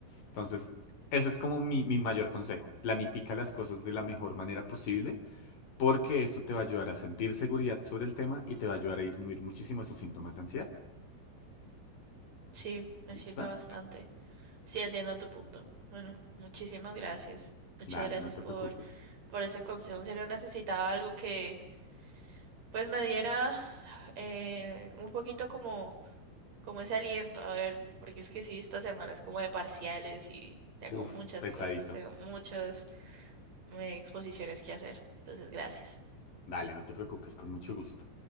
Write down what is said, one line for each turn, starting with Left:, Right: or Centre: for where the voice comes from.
Left: Entonces, ese es como mi, mi mayor consejo. Planifica las cosas de la mejor manera posible porque eso te va a ayudar a sentir seguridad sobre el tema y te va a ayudar a disminuir muchísimo esos síntomas de ansiedad.
Right: Sí, me
Left: ¿Listo?
Right: sirve bastante. Sí, entiendo tu punto. Bueno, muchísimas gracias. Muchas
Left: Dale,
Right: gracias
Left: no te
Right: por,
Left: preocupes.
Right: por ese consejo. En serio, necesitaba algo que pues me diera eh, un poquito como como ese aliento, a ver, porque es que sí, esta semana es como de parciales y tengo
Left: Uf,
Right: muchas
Left: pesadito.
Right: cosas, tengo muchas eh, exposiciones que hacer. Entonces, gracias.
Left: Dale, no te preocupes, con mucho gusto.